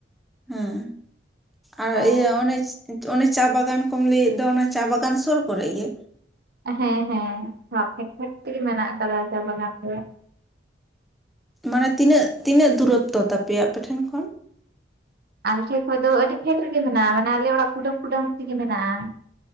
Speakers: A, in the centre; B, on the right.
A: ᱦᱮᱸ ᱟᱨ
B: ᱚ
A: ᱤᱭᱟᱹ ᱚᱱᱮ, ᱚᱱᱮ ᱪᱟ ᱵᱟᱜᱟᱱ ᱠᱚᱢ ᱞᱟᱹᱭᱮᱫ ᱫᱚ ᱚᱱᱟ ᱪᱟ ᱵᱟᱜᱟᱱ ᱥᱚᱨ ᱠᱚᱨᱮ ᱜᱮ?
B: ᱦᱮᱸ ᱦᱮᱸ ᱠᱷᱮᱛ ᱠᱷᱮᱛ ᱛᱮᱜᱮ ᱢᱮᱱᱟᱜ ᱟᱠᱟᱫᱟ ᱪᱟ ᱵᱟᱜᱟᱱ ᱫᱚ ᱾
A: ᱢᱟᱱᱮ ᱛᱤᱱᱟᱹᱜ ᱛᱤᱱᱟᱹᱜ ᱫᱩᱨᱚᱛᱛᱚ ᱛᱟᱯᱮᱭᱟ ᱟᱯᱮ ᱴᱷᱮᱱ ᱠᱷᱚᱱ?
B: ᱟᱞᱮ ᱴᱷᱮᱱ ᱠᱷᱚᱡ ᱫᱚ ᱟᱹᱰᱤ ᱯᱷᱮᱰ ᱨᱮᱜᱮ ᱢᱮᱱᱟᱜᱼᱟ ᱢᱟᱱᱮ ᱟᱞᱮ ᱚᱲᱟᱜ ᱠᱩᱸᱰᱟᱹᱢ ᱠᱩᱸᱰᱟᱹᱢ ᱛᱮᱜᱮ ᱢᱮᱱᱟᱜᱼᱟ᱾